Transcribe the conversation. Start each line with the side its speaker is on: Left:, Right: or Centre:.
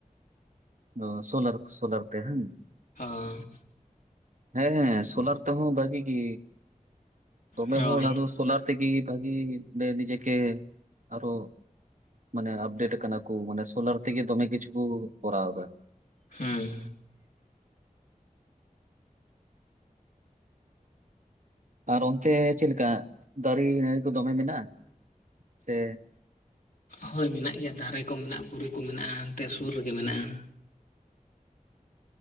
Right: ᱚ ᱥᱳᱞᱟᱨ ᱥᱳᱞᱟᱨ ᱛᱮ ᱦᱩ
Left: ᱦᱚᱸ
Right: ᱦᱮᱸ ᱦᱮᱸ ᱥᱳᱞᱟᱨ ᱛᱮᱦᱚᱸ ᱵᱷᱟᱹᱜᱤ ᱜᱮ ᱫᱚᱢᱮ
Left: ᱦᱳᱭ
Right: ᱦᱚᱲ ᱟᱫᱚ ᱥᱳᱞᱟᱨ ᱛᱮᱜᱮ ᱵᱷᱟᱹᱜᱤ ᱱᱤᱡᱮᱠᱮ ᱟᱨᱚ ᱢᱟᱱᱮ ᱟᱯᱰᱮᱴ ᱠᱟᱱᱟ ᱠᱚ ᱢᱟᱱᱮ ᱥᱳᱞᱟᱨ ᱛᱮᱜᱮ ᱫᱚᱢᱮ ᱠᱤᱪᱷᱩ ᱠᱚ ᱠᱚᱨᱟᱣ ᱮᱫᱟ
Left: ᱦᱮᱸ
Right: ᱟᱨ ᱚᱱᱛᱮ ᱪᱮᱫ ᱞᱮᱠᱟ ᱫᱟᱨᱮ ᱱᱟᱹᱲᱤ ᱠᱚ ᱫᱚᱢᱮ ᱢᱮᱱᱟᱜ-ᱟ ᱥᱮ
Left: ᱦᱳᱭ ᱢᱮᱱᱟᱜ ᱜᱮᱭᱟ ᱫᱟᱨᱮ ᱠᱚ ᱢᱮᱱᱟᱜᱼᱟ ᱵᱩᱨᱩ ᱠᱚ ᱢᱮᱱᱟᱜᱼᱟ ᱚᱱᱛᱮ ᱥᱩᱨ ᱨᱮᱜᱮ ᱢᱮᱱᱟᱜᱼᱟ᱾